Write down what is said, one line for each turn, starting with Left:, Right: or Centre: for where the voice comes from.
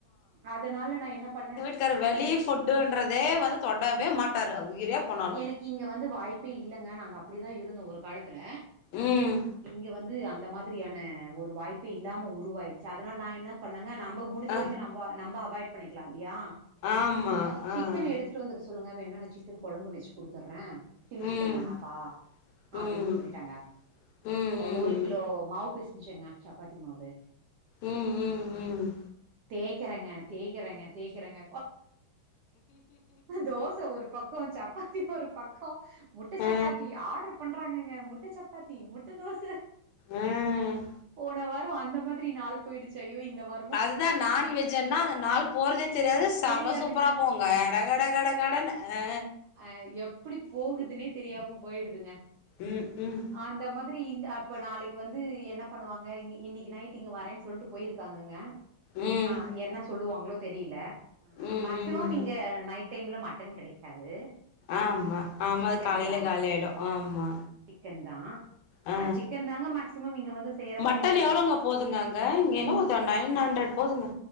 Right: அதனால நா என்ன பண்ண
Left: க்காரு வெளி ஃபுட்டுன்றதே வந்து தொடவே மாட்டாரு உயிரே போனாலு
Right: எனக்கு இங்க வந்து வாய்ப்பே இல்லங்க நாங்க அப்படிதா இருந்தோ ஒரு காலத்துல
Left: ம்
Right: இங்க வந்து அது அந்த மாதிரியான ஒரு வாய்ப்பே இல்லாம உருவாயிடுச்சு அதனால நா என்ன பண்ணங்க நம்ம புடிஞ்ச
Left: ஆ
Right: வரைக்கு நம்ம வ நம்ப அவாய்ட் பண்ணிக்கலா இல்லயா
Left: ஆமா
Right: ஆ சிக்கன்
Left: ஆ
Right: எடுத்து வந்துற்ற சொல்லுங்க வேண்ணா நா சிக்கன் கொழம்பு வெச்சு குடுத்துதற்றே சில்லி
Left: ம் ம்
Right: சிக்கன் வேணாப்பா
Left: ம்
Right: அப்டின்னு சொல்லிட்டேங்க
Left: ம்
Right: ஒரு கிலோ மாவு பெசன்ஜங்க சப்பாத்தி மாவு
Left: ம் ம்
Right: ஆ
Left: ம்
Right: தேக்கிறங்க தேக்கிறங்க தேக்கிறங்க தோச ஒரு பக்கோ சப்பாத்தி ஒரு பக்கோ முட்ட
Left: அ
Right: சப்பாத்தி ஆட்ர் பண்றாங்கங்க முட்ட சப்பாத்தி முட்ட தோச
Left: ம்
Right: போன போன வாரோ அந்த மாரி நாள் போயிடுச்சி ஐய்யோ இந்த வாரோ
Left: அதுதா நான்வெஜ்ஜன்னா அந்த நாள் போறதே தெரியாது செம
Right: தெரியாதுங்க
Left: சூப்பரா போவுங்க கட கட கட கடன்னு ஆ
Right: ஆ எப்பிடி போகுதுன்னே தெரியாம போயிடுதுங்க
Left: ம் ம்
Right: அந்த மாதிரி இந்த அப்ப நாளைக்கு வந்து என்ன பண்ணுவாங்க இன்னி இன்னிக்கி நைட் இங்க வரேன்னு சொல்ட்டு போயிருக்காங்கங்க
Left: ம்
Right: ஆ என்ன சொல்லுவாங்களோ தெரில
Left: ம்
Right: மேக்சிமம்
Left: ம் ம்
Right: இங்க நைட் டைம்ல மட்டன் கெடைக்காது
Left: ஆமா ஆமா
Right: சிக்கன்
Left: அது காலையில
Right: தா
Left: காலி ஆயிடு ஆமா
Right: சிக்கன் தா
Left: ஆ
Right: சிக்கன் தாங்க மேக்சிமம் இங்க வந்து செய்யற
Left: மட்டன்
Right: மாரி ஆயிடுச்சு
Left: எவ்ளோங்க போதுங்க அங்க இங்க என்னவோ நைன் ஹண்ட்ரட் போதுங்க